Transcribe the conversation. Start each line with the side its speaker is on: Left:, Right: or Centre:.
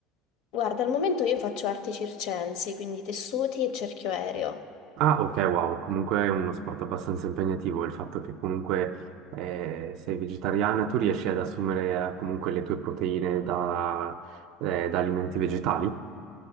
Left: Guarda, al momento io faccio arti circensi, quindi tessuti e cerchio aereo.
Right: Ah, ok, wow, comunque è uno sport abbastanza impegnativo. Il fatto che comunque eh, sei vegetariana, tu riesci ad assumere eh, comunque le tue proteine da, eh, da alimenti vegetali?